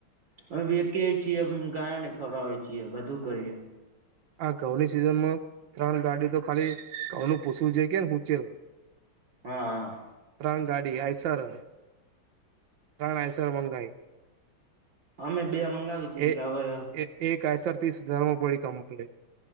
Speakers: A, on the right; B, on the right.
A: અમે વેચીયેય છીએ ઉમ ગાયોને ખવડાવી છીએ બધું કરીએ
B: આા ઘઉ ની સિઝનમાં ત્રણ ગાડી તો ખાલી ઘઉ નું પૂછવું છે કે ઉચેર
A: હા હા
B: ત્રણ ગાડી <unintelligible> ત્રણ હાઇસર બઁધાઈ
A: અમે બે મંગાવી તી
B: એ
A: હવે
B: એ એક આઈસર થી જ <unintelligible> પડે